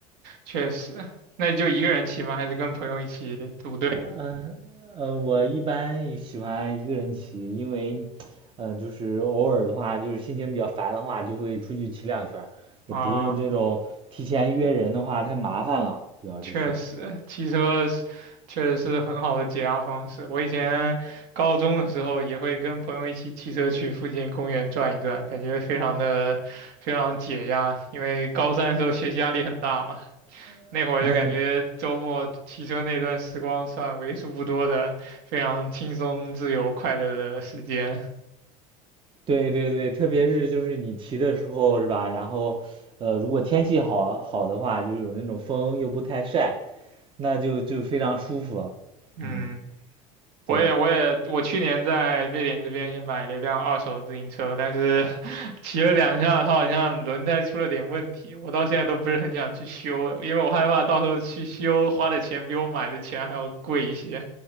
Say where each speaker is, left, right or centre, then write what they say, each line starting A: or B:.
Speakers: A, on the right; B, on the right.
A: 确实，那你就一个人骑吗？还是跟朋友一起组队
B: 嗯呃，我一般喜欢一个人骑，因为，嗯，就是偶尔的话，就是心情比较烦的话，就会出去骑两圈儿也不用这种提前约人的话太麻烦了，
A: 啊？
B: 主要就是，
A: 确实，骑车是确实是很好的解压方式。我以前高中的时候也会跟朋友一起骑车去附近公园转一转，感觉非常的非常解压。因为高三的时候学习压力很大嘛，
B: <laughs>
A: 那会儿就感觉周末骑车那段时光算为数不多的非常轻松、
B: 嗯，
A: 自由、快乐的时间。
B: 对对对，特别是就是你骑的时候是吧？然后，呃，如果天气好好的话，就有那种风又不太晒，那就就非常舒服，
A: 嗯。
B: 嗯，对。
A: 我也我也我去年在瑞典这边也买了一辆二手自行车，但是 <laughs> 骑了两下，它好像轮胎出了点问题，我到现在都不是很想去修，因为我害怕到时候去修花的钱比我买的钱还要贵一些。